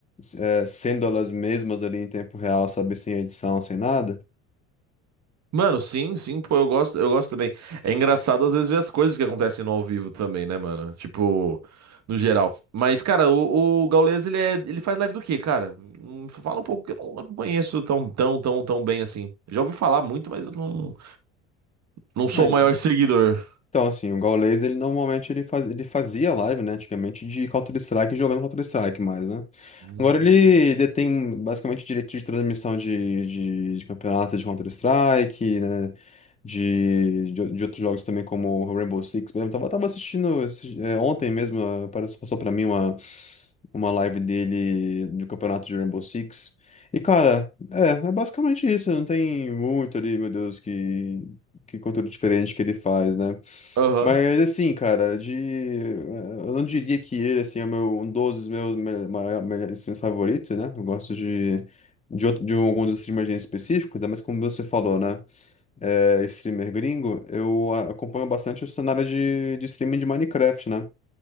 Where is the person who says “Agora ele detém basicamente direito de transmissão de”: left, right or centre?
Left